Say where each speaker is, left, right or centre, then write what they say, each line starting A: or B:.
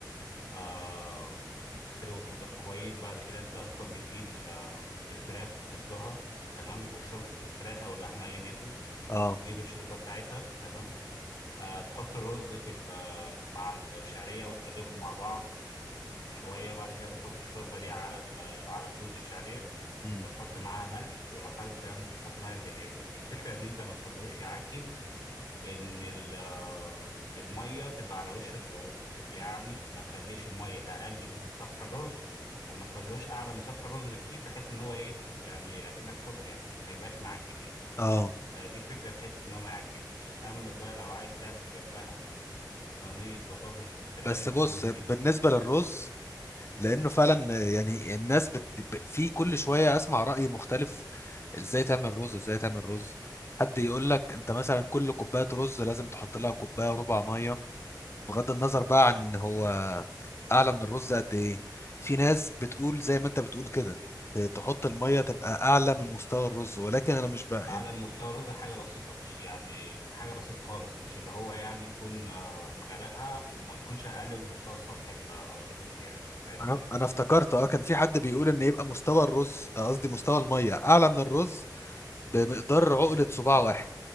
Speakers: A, on the left; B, on the left.
A: آه تغسله وتنضفه كويس بعد كده انت اصلا بتجيب ال- آه، الفراخ بتسلقها تمام والشوربة الفراخ او اللحمة ايا يكن
B: اه
A: وتجيب الشوربة بتاعتها تمام آه تحط الرز في ال- آه، مع الشعرية وتقلبهم مع بعض شويه بعد كده بتحط الشوربه دي على ال- على الرز بشعريه
B: امم
A: وتحط معاها ملح ولو حابب كمان ممكن تحط ملح دجاج الفكره ان انت ما تخلوش يعجن ان ال- آه، الميه تبقى على وش الرز يعني ما تخليش الميه اقل من سطح الرز وما تخلوش اعلى من سطح الرز بكتير بحيث ان هو ايه يعني اكنك شرب يعني ما يبقاش معجن يعني
B: اه
A: آه، دي الفكره في حته ان هو ما يعجنش اما بقى لو عايز تعمل جنبها صينيه بطاطس بالفراخ
B: بس بص
A: ممكن
B: بالنسبة للرز لأنه فعلا يعني الناس بت... ب- في كل شوية أسمع رأي مختلف إزاي تعمل رز إزاي تعمل رز حد يقول لك أنت مثلا كل كوباية رز لازم تحط لها كوباية ربع مية بغض النظر بقى عن هو أعلى من الرز قد إيه في ناس بتقول زي ما أنت بتقول كده ت- تحط المية تبقى أعلى من مستوى الرز ولكن أنا مش بقى
A: اعلى
B: يعني
A: من مستوى الرز حاجه بسيطه مش يعني حاجه بسيطه خالص مش اللي هو يعني تكون آه، مغرقها وما تكونش اقل من مستوى سطح ال- آه، الرز يعني فاهم
B: أنا
A: ازاي
B: أنا افتكرت أه كان في حد بيقول إن يبقى مستوى الرز قصدي مستوى المية أعلى من الرز بمقدار عقلة صباع واحد